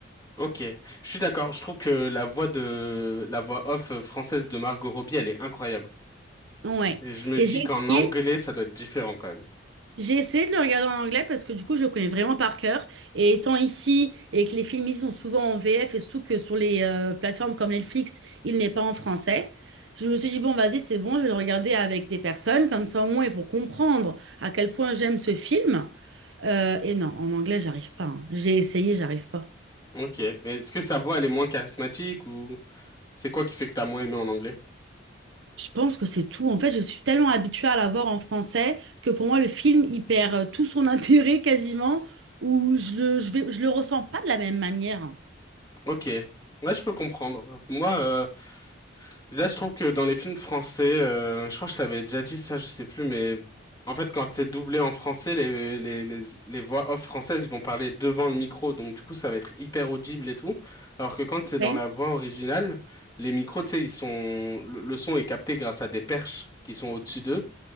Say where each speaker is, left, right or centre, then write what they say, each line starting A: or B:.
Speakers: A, on the left; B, on the right.
A: ok. Je suis d'accord, je trouve que la voix de la voix off euh, française de Margot Robbie, elle est incroyable.
B: Ouais.
A: Et je me
B: Et
A: dis
B: j'ai
A: qu'en
B: essayé.
A: anglais, ça doit être différent quand même.
B: J'ai essayé de le regarder en anglais parce que du coup, je le connais vraiment par cœur. Et étant ici et que les films ici sont souvent en VF et surtout que sur les euh, plateformes comme Netflix, il n'est pas en français. Je me suis dit, bon, vas-y, c'est bon, je vais le regarder avec des personnes. Comme ça, au moins, ils vont comprendre à quel point j'aime ce film. Euh, et non, en anglais, j'arrive pas. hein. J'ai essayé, j'arrive pas.
A: Ok, mais est-ce que sa voix, elle est moins charismatique ou c'est quoi qui fait que t'as moins aimé en anglais?
B: Je pense que c'est tout. En fait, je suis tellement habituée à la voir en français que pour moi, le film, il perd euh, tout son <laughs> intérêt quasiment, ou je le, je vais- je le ressens pas de la même manière.
A: Ok, ouais, je peux comprendre. Moi, euh, Déjà, je trouve que dans les films français, euh, je crois que je t'avais déjà dit ça, je sais plus, mais en fait, quand c'est doublé en français, les, les, les, les voix off françaises, ils vont parler devant le micro, donc du coup, ça va être hyper audible et tout. Alors que quand c'est dans
B: Ouais.
A: la voix originale, les micros, tu sais, ils sont, le, le son est capté grâce à des perches qui sont au-dessus d'eux,